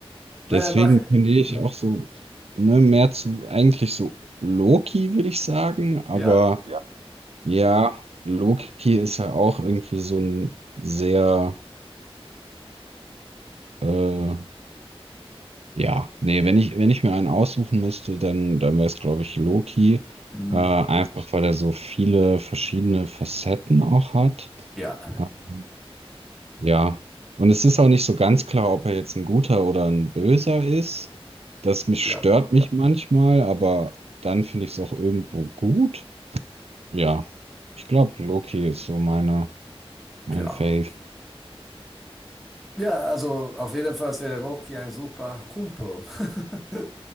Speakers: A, in the centre; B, on the right (about 80°).
A: Naja,
B: deswegen
A: mach.
B: finde
A: Mhm.
B: ich auch so, ne, mehr zu, eigentlich so Loki, würde ich sagen, aber
A: Ja.
B: Ja. ja, Loki ist ja auch irgendwie so ein sehr äh, Ja, nee, wenn ich, wenn ich mir einen aussuchen müsste, dann, dann wäre es, glaube ich, Loki.
A: Mhm.
B: Äh, einfach weil er so viele verschiedene Facetten auch hat.
A: Ja,
B: Ähm, ja. Und es ist auch nicht so ganz klar, ob er jetzt ein guter oder ein böser ist. Das mich
A: ja,
B: stört mich manchmal, aber dann finde ich es auch irgendwo gut. Ja, ich glaube, Loki ist so meine, mein
A: ja.
B: Fave.
A: Ja, also auf jeden Fall wäre Loki ein super Kumpel. <laughs>